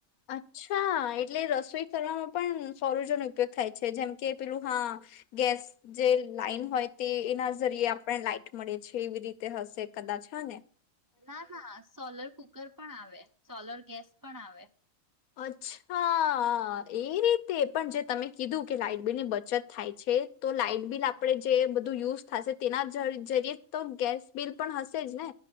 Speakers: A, on the left (about 85°); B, on the right (about 30°).
A: અચ્છા એટલે રસ ઈ કરવામાં પણ સૌરજ નો ઉપયોગ થાય છે. જેમ કે પેલું હા ગેસ જે લાઈન હોય તે એના જરીયે આપને લાઈટ મળે છે. એવી રીતે હશે કદાચ હને
B: ના ના સોલર કુકર પણ આવે. સોલર ગેસ પણ આવે.
A: અચ્છા એ રીતે પણ જે તમે કીધું કે લાઈટબિલ ની બચત થાય છે. તો લાાઈટ બિલ આપે જે બધું યુઝ થશે તેના જરીયે તો ગેસ બિલ પણ હશે જ ને